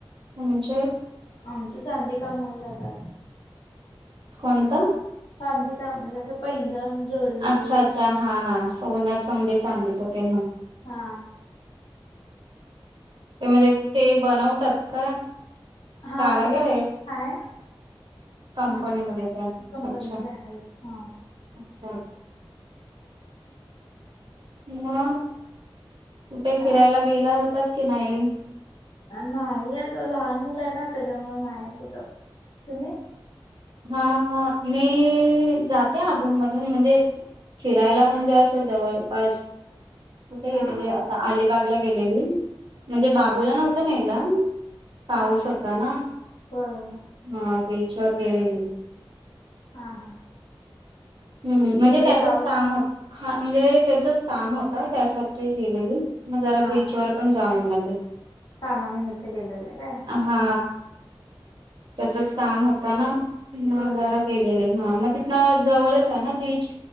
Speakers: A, on the right; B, on the left.
A: म्हणजे
B: आमच चांदी कामाल जातात
A: कोणता
B: चांदी काम म्हणजे असं पैंजण जोडवी
A: अच्छा अच्छा हा हा सोन्याच म्हणजे चांलीच ते
B: हा
A: ते म्हणजे ते बनवतात का
B: हा
A: कारागिर
B: ते क
A: आहेत
B: काय
A: कंपनीमध्ये
B: हा
A: त्या
B: कंपनी
A: अच्छा
B: आहेत हा
A: अच्छा मग कुठे
B: हा
A: फिरायला गेला होतात कि नाही
B: नाही लहान मुलं आहे ना त्याच्यामु नाही कुठं तुम्ही
A: हा मी जाते अधूनमधून म्हणजे फिरायला म्हणजे असं जवळपास कुठे
B: हा
A: गेलेली
B: हा
A: आता अलिबागला गेलेली म्हणजे बाबूला नव्हत ना याला पाऊस
B: हा हा
A: होता ना
B: होय
A: हा बीच वर गेलेली
B: हा हा
A: हम्म म्हणजे
B: तिकडे
A: त्याचच
B: पाऊस
A: काम होत हा म्हणजे त्याचच काम होत त्यासाठी गेलेली मग जरा
B: हा
A: बीचवर पण जाऊलं
B: कामानिमित्त केेलेलं काय
A: हा त्याचच काम होत ना
B: होय
A: जरा गेलेले हा मग तिथन जवळच आहे ना बीच